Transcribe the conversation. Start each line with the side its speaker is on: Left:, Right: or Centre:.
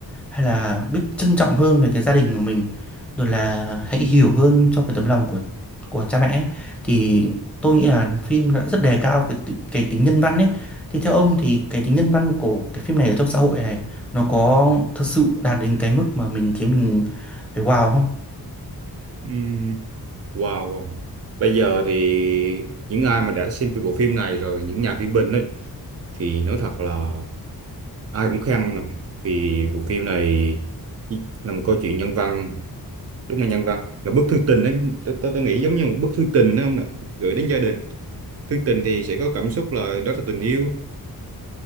Centre: hay là biết trân trọng hơn về cái gia đình của mình rồi là hãy hiểu hơn cho cái tấm lòng của của cha mẹ ấy. thì tôi nghĩ là phim đã rất đề cao cái tí- cái tính nhân văn ấy thì theo ông thì cái tính nhân văn của cái phim này ở trong xã hội này nó có thật sự đạt đến cái mức mà mình khiến mình phải wow không?
Right: Ừm, wow bây giờ thì những ai mà đã xem cái bộ phim này rồi những nhà phê bình ấy thì nói thật là ai cũng khen nè vì bộ phim này là một câu chuyện nhân văn đúng là nhân văn là bức thư tình đấy tôi, tôi, tôi nghĩ giống như một bức thư tình đấy không nè gửi đến gia đình thư tình thì sẽ có cảm xúc là đó là tình yêu